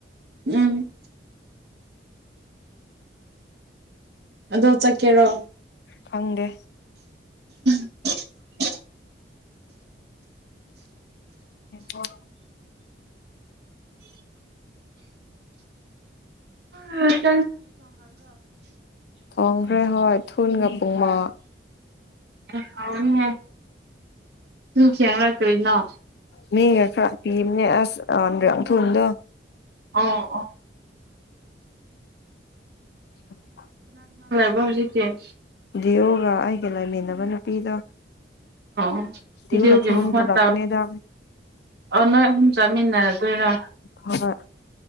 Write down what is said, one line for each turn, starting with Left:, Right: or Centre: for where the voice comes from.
Right: ꯎꯝ ꯑꯗꯣ ꯆꯀꯦꯔꯣ
Left: ꯐꯪꯗꯦ
Right: <unintelligible>
Left: ꯎꯝ
Right: ꯎꯝ
Left: ꯈꯣꯡꯈ꯭ꯔꯦ ꯍ ꯊꯨꯒ ꯄꯨꯨꯡꯃ
Right: ꯑꯦ ꯍꯥꯎꯅꯤꯍꯦ ꯅꯪ ꯊꯦꯡꯂ ꯀꯔꯤꯅꯣ
Left: ꯃꯤ ꯌꯥ ꯈꯔ ꯄꯤꯝꯅꯦ ꯑ <unintelligible> ꯊꯗ
Right: ꯑꯣ ꯑꯣ
Left: ꯑ
Right: <unintelligible> ꯖꯤꯇ
Left: ꯗꯤꯌꯨꯒ ꯑꯩꯒ ꯂꯩꯃꯤꯟꯅꯕ ꯅꯨꯄꯤꯗꯣ
Right: ꯑꯣ
Left: ꯗꯤꯌꯎꯅ
Right: ꯗꯤꯎꯒꯤ
Left: ꯊꯦꯡꯅ
Right: ꯃꯈꯣꯟ
Left: ꯄꯨꯔꯛꯄꯅꯦꯗ
Right: ꯇꯥꯎ ꯑꯣ ꯅꯣꯏ ꯑꯍꯨꯝ ꯆꯥꯃꯤꯟꯅꯗꯣꯏꯔꯥ
Left: ꯍꯣꯏ